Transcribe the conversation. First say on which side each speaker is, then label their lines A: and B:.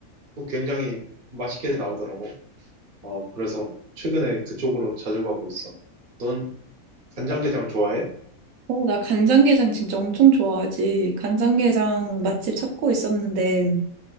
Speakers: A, on the right; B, on the right.
A: 또 굉장히 맛있게 나오더라고. 어, 그래서 최근에 그쪽으로 자주 가고 있어. 넌 간장게장 좋아해?
B: 어, 나 간장게장 진짜 엄청 좋아하지. 간장게장 맛집 찾고 있었는데,